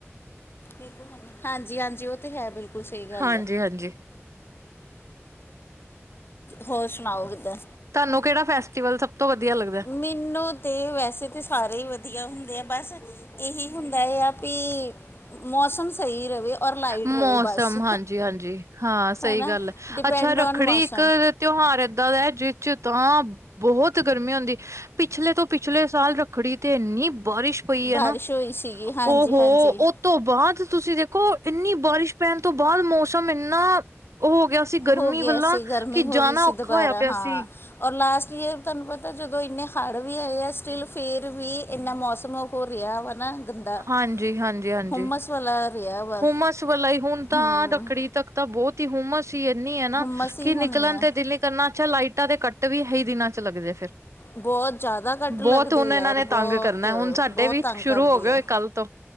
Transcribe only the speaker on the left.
ਕ ਹਾਂਜੀ- ਹਾਂਜੀ ਉਹ ਤੇ ਹੈ ਬਿਲਕੁਲ ਸਹੀ ਗੱਲ
ਹੋਰ ਸੁਣਾਓ ਕਿੱਦਾਂ
ਮੈਨੂੰ ਤਾਂ ਵੈਸੇ ਤਾਂ ਸਾਰੇ ਹੀ ਵਧੀਆ ਹੁੰਦੇ ਆ ਬਸ ਇਹੀ ਹੁੰਦਾ ਹੈ ਆ ਵੀ, ਮੌਸਮ ਸਹੀ ਰਹੇ ਔਰ ਲਾਈਟ
ਰਹੇ ਬਸ
ਨਾ
ਡਿਪੈਂਡ
ਔਨ ਮੌਸਮ
ਬਾਰਿਸ਼
ਹੋਈ ਸੀਗੀ ਹਾਂਜੀ
ਹਾਂਜੀ
ਹੋ ਗਿਆ
ਸੀ ਗਰਮੀ
ਹੋ ਗਈ ਸੀ
ਦੁਬਾਰਾ
ਹਾਂ
ਔਰ ਲਾਸਟ ਈਅਰ ਤੁਹਾਨੂੰ ਪਤਾ, ਜਦੋਂ ਇੰਨੇ ਹੜ੍ਹ ਵੀ ਆਏ ਆ ਸਟਿੱਲ ਫੇਰ ਵੀ ਇੰਨਾ ਮੌਸਮ ਹੋ ਰਿਹਾ ਵਾ ਨਾ ਗੁੰਦਾ
ਹੋਮਸ, ਚੋਲਾ ਰਿਹਾ ਵਾ
ਹੂੰ।
ਹੁੰਮਸ ਹੀ
ਹੋਣੀ
ਆ।
ਬਹੁਤ ਜ਼ਿਆਦਾ ਕੱਟ ਲੱਗਦੇ
ਯਾਰ
ਬਹੁਤ
ਬਹੁਤ
ਤੰਗ
ਕਰਦੇ
ਆ।